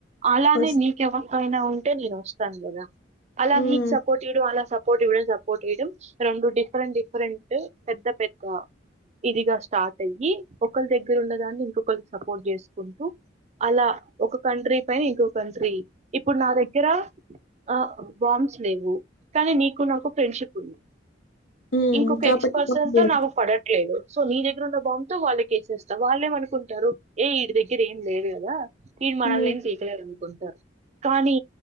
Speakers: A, on the right; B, on the left.
A: అలానే
B: ఫస్
A: నీకు ఎవరితో అయినా ఉంటే నేను వస్తాను కదా అలా
B: హ్మ్.
A: నీకు సపోర్ట్ ఇయడం అలా సపో సపోర్ట్ ఇవ్వడం సపోర్ట్ చేయడం రెండు డిఫరెంట్ డిఫరెంట్ పెద్ద పెద్ద ఇదిగా స్టార్ట్ అయ్యి ఒకరి దగ్గర ఉన్నదాన్ని ఇంకొకరికి సపోర్ట్ చేసుకుంటూ అలా ఒక కంట్రీ పై ఇంకొ కంట్రీ ఇప్పుడు నా దగ్గర ఆ బాం లేవు కానీ నీకు నాకు ఫ్రెండ్షిప్ ఉంది
B: హ్మ్.
A: ఇంకొక
B: కాబట్టి
A: ఎక్స్ పర్సన్స్
B: బాంబులు
A: తో నాకు పడట్లేదు సో నీ దగ్గర దెగరుణ బొమ్ తో వాళ్లకేసేస్తావ్ వాళ్ళేమనుకుంటారు ఏ విడి దగ్గర ఏం లేదు కదా వీలు మనమేం
B: హ్మ్.
A: పీకలేరు అనుకుంటారు కానీ